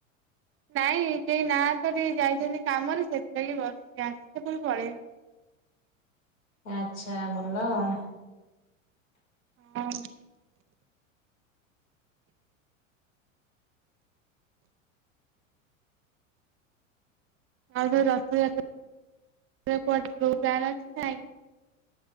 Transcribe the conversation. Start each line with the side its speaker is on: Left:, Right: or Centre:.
Right: ନାଇଁ କେହି ନାହାଁତିତ ଟିକେ ଯାଇଛନ୍ତି କାମରେ ସେଥିଲାଗି ବସିଛି ଆସିଲେ ପୁଣି ପଲେଇବି।
Left: ଆଚ୍ଛା ଭଲ ଆଉ।
Right: ହଁ। ଆଉ ଯୋଉ ରଥଯାତ୍ରାକୁ କୁଆଡେ ଟୁର ଅଛି ନା ନାଇଁ?